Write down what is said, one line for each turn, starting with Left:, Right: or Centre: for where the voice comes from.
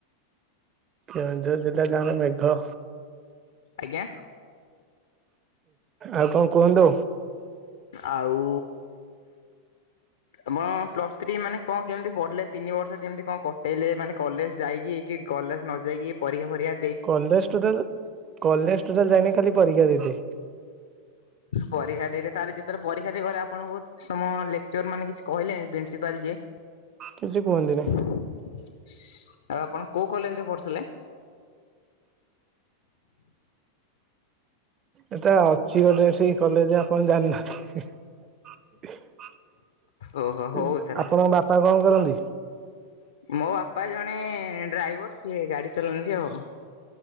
Right: କେଉଁଝର ଜିଲ୍ଲା ଜାଣ ମେଘ
Left: ଆଜ୍ଞା।
Right: ଆଉ କଣ କୁହନ୍ତୁ।
Left: ଆଉ ଆମ ପ୍ଲସ ଥ୍ରୀ ମାନେ କଣ କେମିତି ପଢିଲେ ତିନି ବର୍ଷ କେମିତି କଣ କଟେଇଲେ ମାନେ କଲେଜ ଯାଇକିଇକି କଲେଜ ନ ଯାଇକି ପରୀକ୍ଷା ଫରିକ୍ଷା
Right: କଲେଜ ଟୋଟାଲ କଲେଜ ଟୋଟାଲ ଯାଇନି ଖାଲି ପରୀକ୍ଷା ଦେଇଦେ।
Left: ପରୀକ୍ଷା ଦେଇ ତାହଲେ ଯେତେବେଳେ ପରୀକ୍ଷା ଦେଇଗଲେ ଆପଣଙ୍କୁ ତମ ଲେକ୍ଚର ମାନେ କିଛି କହିଲେନି ପ୍ରିନ୍ସିପାଲ ଯିଏ?
Right: କିଛି କୁହନ୍ତି ନାହିଁ।
Left: ଆଉ ଆପଣ କୋଉ କଲେଜରେ ପଢୁଥିଲେ?
Right: ଏଟା ଅଛି ଗୋଟେ ଏଠି କଲେଜ ଆପଣ ଜାଣିନାହାନ୍ତି।
Left: ଓହୋ ହଉ ତାହେଲେ
Right: ଆପଣଙ୍କ ବାପା କଣ କରନ୍ତି?
Left: ମୋ ବାପା ଜଣେ ଡ୍ରାଇଭର। ସିଏ ଗାଡି ଚଲାନ୍ତି ଆଉ।